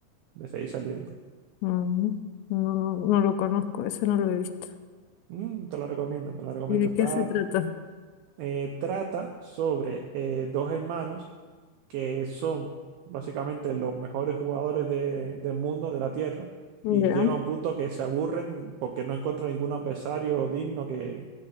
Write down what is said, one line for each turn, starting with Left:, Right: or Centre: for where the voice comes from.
Right: de seguir saliendo.
Left: mm, no, no lo conozco, ese no lo he visto.
Right: Mm, te la recomiendo, te la recomiendo.
Left: ¿Y de
Right: Está,
Left: qué se trata?
Right: eh, trata sobre eh, dos hermanos que son básicamente los mejores jugadores de- del mundo, de la Tierra,
Left: Ya,
Right: y llega a un punto que se aburren porque no encuentran ningún adversario digno que,